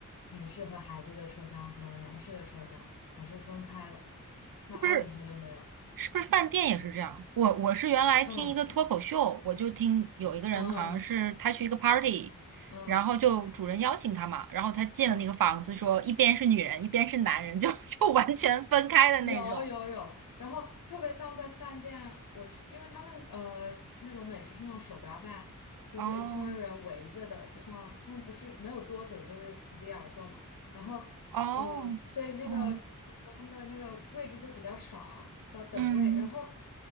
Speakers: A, on the left; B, on the right.
A: 女士和孩子的车厢和男士的车厢还是分开的，像阿联酋就没有。
B: 是不是？是不是饭店也是这样？我我是原来听一个脱口秀，
A: 嗯
B: 我就听有一个人好像是他去一个
A: 嗯
B: party，
A: 嗯
B: 然后就主人邀请他嘛，然后他进了那个房子说，
A: 嗯。
B: 一边是女人，一边是男人，就 <laughs> 就完全分开的那种。
A: 有有有，然后特别像在饭店，我去，因为他们呃那种美食是那种手抓饭，所以就一圈人围着的，
B: 哦
A: 就像他们不是没有桌子，就是席地而坐嘛。然后呃，
B: 哦哦，
A: 所以那个怎么说，他们的那个位置就比较少，叫等位。
B: 嗯
A: 然后